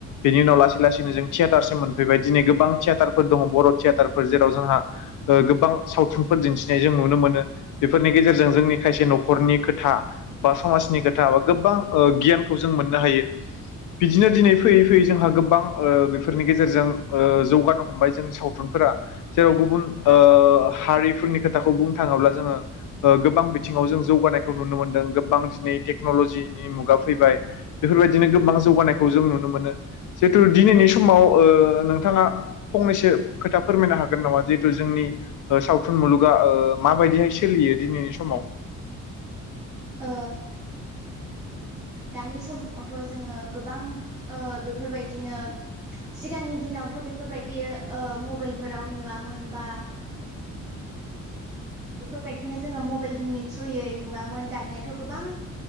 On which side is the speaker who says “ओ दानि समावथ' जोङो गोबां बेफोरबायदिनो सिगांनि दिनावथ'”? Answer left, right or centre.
Centre